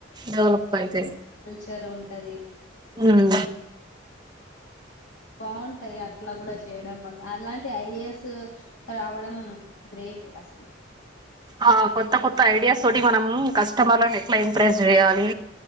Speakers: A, on the right; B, on the left.
A: డెవలప్ అయితే
B: జర ఉంటది.
A: ఉమ్
B: బాగుంటాయి. అట్లా కూడా చేయడం వల్ల అలాంటి ఐడియాస్ రావడం గ్రేట్ అసలు.
A: ఆ కొత్త కొత్త ఐడియాస్ తోటి మనం కస్టమర్లను ఎట్లా ఇంప్రెస్ చేయాలి.